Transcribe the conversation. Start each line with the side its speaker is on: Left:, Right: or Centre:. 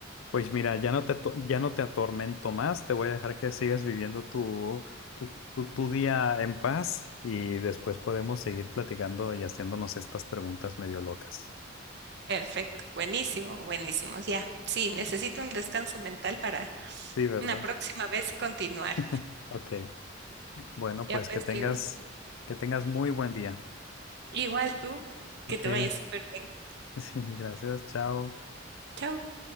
Left: Pues mira, ya no te, ato- ya no te atormento más, te voy a dejar que sigas viviendo tu, tu, tu, tu día en paz y después podemos seguir platicando y haciéndonos estas preguntas medio locas.
Right: Perfecto, buenísimo, buenísimo. Ya, sí, necesito un descanso mental para
Left: Sí, ¿verdad?
Right: Una próxima vez continuar.
Left: <laughs> Ok. Bueno,
Right: Ya
Left: pues
Right: pues
Left: que tengas,
Right: digo,
Left: que tengas muy buen día.
Right: igual tú,
Left: Ok.
Right: que te
Left: <laughs>
Right: vaya súper bien.
Left: Sí, gracias. Chao.
Right: Chao.